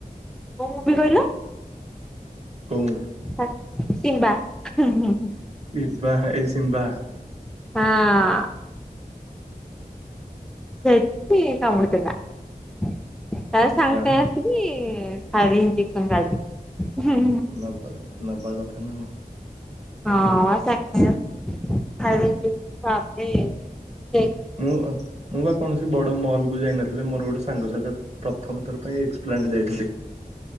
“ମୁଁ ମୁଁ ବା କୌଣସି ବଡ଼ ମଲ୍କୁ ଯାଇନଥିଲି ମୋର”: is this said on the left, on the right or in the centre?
Right